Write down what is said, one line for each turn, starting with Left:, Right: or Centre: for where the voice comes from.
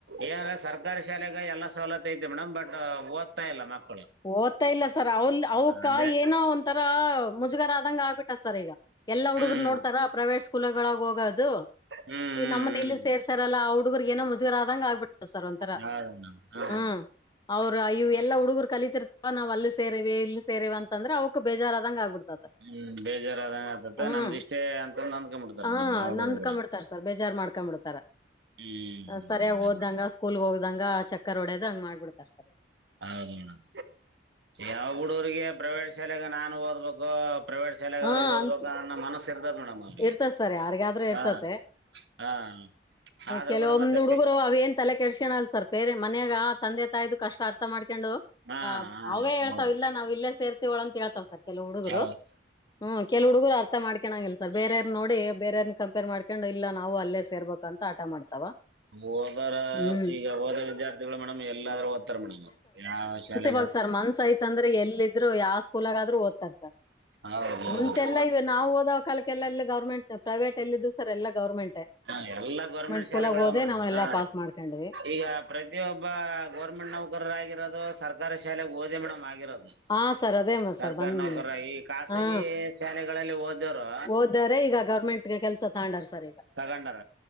Right: ಏನಂದ್ರ ಸರ್ಕಾರಿ ಶಾಲ್ಯಾಗೆ ಎಲ್ಲ ಸವಲತ್ತ ಐತಿ ಮೇಡಮ್ ಬಟ್ ಓದ್ತಾ ಇಲ್ಲ ಮಕ್
Left: ಓದ್ತಾ ಇಲ್ಲ ಸರ್ ಅವಲ್ ಅವಕ
Right: ಅದೇ
Left: ಏನೋ ಒಂಥರಾ ಮುಜುಗರ ಆದಂಗ ಆಗ್ಬಿಟ್ಟದ್ ಸರ್ ಈಗ ಎಲ್ಲ ಹುಡುಗರು
Right: ಹ್ಮ್
Left: ನೋಡ್ತಾ ಪ್ರೈವೇಟ್ ಸ್ ಸ್ಕೂಲಗಳಗ್ ಹೋಗೋದು
Right: ಹ್ಮ್
Left: ನಮ್ಮನ ಇಲ್ಲಿ
Right: ಹ್ಮ್
Left: ಸೇರ್ಸಾರಲ್ಲ ಹುಡುಗರ್ಗ ಏನೋ ಮುಜುಗರ ಆದಂಗ ಆಗ್ಬಿತ ಸರ್ ಒಂಥರ
Right: ಹ್ಮ್ ಹೌದು ಮೇಡಮ್
Left: ಹ್ಮ
Right: ಹೌದು
Left: ಅವರು ಇ ಎಲ್ಲಾ ಹುಡುಗರು ಕಲಿತಿರ್ತವ ನಾವ ಅಲ್ಲಿ ಸೇರಿವೆ ಇಲ್ಲಿ ಸೇರಿವ ಅಂತಂದ್ರೆ ಅವ ಬೇಜಾರದಂಗ ಆಗ್ಬಿಡ್ತದ
Right: ಹ್ಮ್ ಬೇಜಾರಾದಂಗ ಆತತ್ತ
Left: ಹೂಂ
Right: ನಮ್ದ್ ಇಷ್ಟೇ ಅಂತಂದ ಅಂದ್ಕೊಂಬಿಡ್ತಾರ
Left: ಹ
Right: ಮೇಡಮ್ ಆ ಹುಡುಗರು
Left: ನನ್ ಡ್ತಾರ
Right: ಕೂಡ
Left: ಸರ್ ಬೇಜಾರ್ ಮಾಡ್ಕೊಂಡ್ ಬಿಡ್ತಾರ
Right: ಹ್ಮ್
Left: ಸರಿಯಾಗಿ
Right: ಹ್ಮ್
Left: ಓದ್ದಂಗ ಸ್ಕೂಲ್ ಹೋ ದಂಗ ಚಕ್ಕರ್ ಒಡೆದ ಹಂಗ್ ಮಾಡ್ಬಿಡ್ತಾರ್ ಸರ್
Right: ಹೌದ ಮೇಡಮ್ ಯಾವ ಹುಡುಗ್ರಿಗೆ ಪ್ರೈವೇಟ್ ಶಾಲೆೆಗೆ ನಾನು ಓದ್ಬೇಕು ಪ್ರೈವೇಟ್ ಶಾಲ್ಯಾಗರ
Left: ಹಾ
Right: ಓದಬೇಕ
Left: ಅಂತ
Right: ಅನ್ನ ಮನಸ್ ಸಿರ್ದತ್ ಮೇಡಮ್ ಅವ್ರಿಗೆ
Left: ಇರ್ತತ್ ಸರ್ ಯಾರಿಗಾದ್ರೂ ಇರ್ತತೆ
Right: ಹಾ ಹಾ ಆದ್ರೂ
Left: ಕೆಲವೊಂದ್
Right: ಕೂಡ ಮತ್ತೆ
Left: ಹುಡುಗುರು
Right: ಪೆ
Left: ಅವೇನ್ ತಲೆ ಕೆಡ್ಸಗೆಣಲ್ ಸರ್ ಬೇರೆ ಮನ್ಯಾಗ ತಂದೆ ತಾಯ್ದು ಕಷ್ಟ ಅರ್ಥ ಮಾಡ್ಕೊಂಡು
Right: ಹಾ
Left: ಆ
Right: ಹಾ
Left: ಅವೇ ಹೇಳ್ತಾವ
Right: ಹೌದು
Left: ಇಲ್ಲ ನಾವ್ ಇಲ್ಲೇ ಸೇರ್ತಿವಳಂತ ಕೇಳ್ತವ ಸರ್ ಕೆಲ ಹುಡುಗುರು
Right: ಹೌದು
Left: ಹ್ಮ್ ಕೆಲವ ಹುಡುಗುರು ಅರ್ಥ ಮಾಡ್ಕಣಂಗಿಲ್ ಸರ್ ಬೇರೆಯವರು ನೋಡಿ ಬೇರೆಯವ್ರ ಕಂಪೇರ್ ಮಾಡ್ಕೊಂಡು ಇಲ್ಲ ನಾವು ಅಲ್ಲೇ ಸೇರ್ಬೇಕು ಅಂತ ಹಠ ಮಾಡ್ತಾವ
Right: ಓದರ
Left: ಹ್ಮ್
Right: ಈಗ ಓದ ವಿದ್ಯಾರ್ಥಿಗಳು ಮೇಡಮ್ ಎಲ್ಲಾದ್ರೂ ಓದ್ತಾರ ಮೇಡಮ್ ಯಾವ ಶಾಲ
Left: ಇಗ ಸರ್ ಮನ್ಸ್ ಐತ ಅಂದ್ರೆ ಎಲ್ಲ ಇದ್ರು ಯಾವ ಸ್ಕೂಲಾಗ ಆದ್ರೂ ಓದ್ತಾರ ಸರ್
Right: ಹೌದು ಹೌದು
Left: ಮುಂಚೆಲ್ಲ ಇವ ನಾವು ಓದವ ಕಾಲಕ್ಕೆಲ್ಲ ಎಲ್ಲ ಗೌರ್ಮೆಂಟ್ ಪ್ರೈವೇಟ್ ಎಲ್ಲಿದ್ದು ಸರ್ ಎಲ್ಲ ಗೌರ್ಮೆಂಟ್
Right: ಹಾ ಎಲ್ಲಾ ಗೌರ್ಮೆಂಟ್
Left: ಸ್ಕೂಲಾಗ
Right: ಶಾಲೆಗಳೆ
Left: ಓದೇ
Right: ಮೇಡಂ
Left: ನಾವೆಲ್ಲಾ
Right: ಹಾ
Left: ಪಾಸ್ ಮಾಡ್ಕೊಂಡ್ವಿ
Right: ಈಗ ಪ್ರತಿಯೊಬ್ಬ ಗೌರ್ಮೆಂಟ್ ನೌಕರರ ಆಗಿರೋದು ಸರ್ಕಾರಿ ಶಾಲ್ಯಾಗ ಓದಿ ಮೇಡಮ್ ಆಗಿರೋದು
Left: ಹಾ ಸರ್ ಅದೇ
Right: ಸರ್ಕಾರಿ
Left: ಸರ್ ಬಂದ್
Right: ನೌಕರರಾಗಿ ಈ ಖಾಸಗಿ
Left: ಹಾ
Right: ಶಾಲೆಗಳಲ್ಲಿ ಓದ್ದರು
Left: ಓದಾರೆ ಈಗ ಗೌರ್ಮೆಂಟ್ ಗೆ ಕೆಲಸ ತಗೊಂಡರ್ ಸರ್ ಈಗ
Right: ತಗೊಂಡಾರ